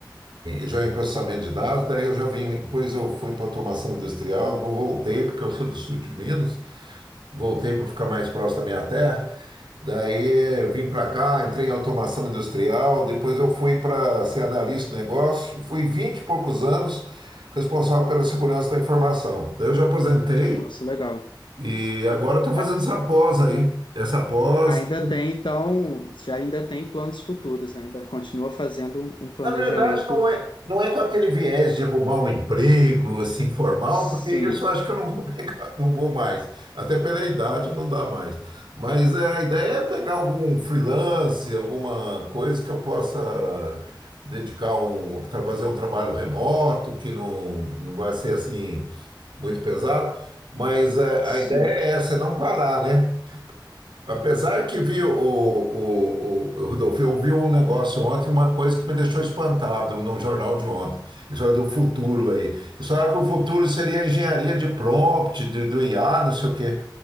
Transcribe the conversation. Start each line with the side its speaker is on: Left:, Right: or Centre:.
Right: já em processamento de dados, daí eu já vim, depois eu fui para automação industrial, depois voltei porque eu sou do sul de Minas. Voltei para ficar mais próximo da minha terra. Daí vim para cá, entrei em automação industrial, depois eu fui para ser analista de negócio, fui 20 e poucos anos responsável pela segurança da informação. Daí eu já aposentei
Left: Nossa, legal.
Right: e agora estou fazendo
Left: A-
Right: essa pós aí. Essa pós
Left: Ainda
Right: que
Left: tem, então, já ainda tem planos futuros, né? Ainda continua fazendo um um planejamento.
Right: Na verdade, não é, não é com aquele viés de arrumar um emprego, assim, formal,
Left: Sim,
Right: porque isso eu acho que eu não vou <laughs> pegar, não vou mais. Até pela idade não dá mais. Mas é, a ideia é pegar algum freelance, alguma coisa que eu possa dedicar um, tra- fazer um trabalho remoto, que não, não vai ser assim muito pesado. Mas é,
Left: sim.
Right: a ideia é essa, é não parar, né? Apesar que vi o, o, o, o Rodolfo, eu vi um negócio ontem, uma coisa que me deixou espantado num jornal de ontem. Isso é do futuro aí. Eles falaram que o futuro seria a engenharia de prompt, de- do IA, não sei o quê.